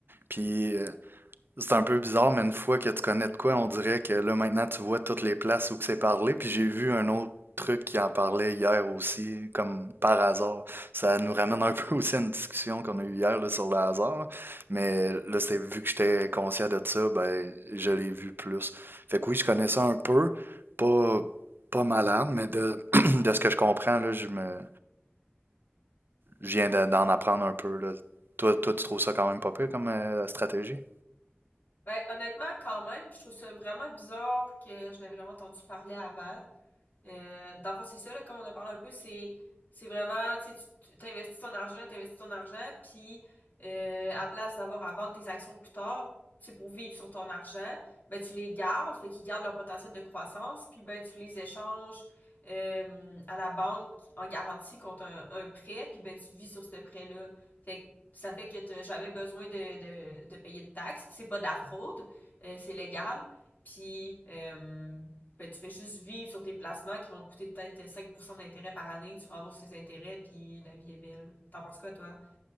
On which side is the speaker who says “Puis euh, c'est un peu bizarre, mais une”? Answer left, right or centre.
Right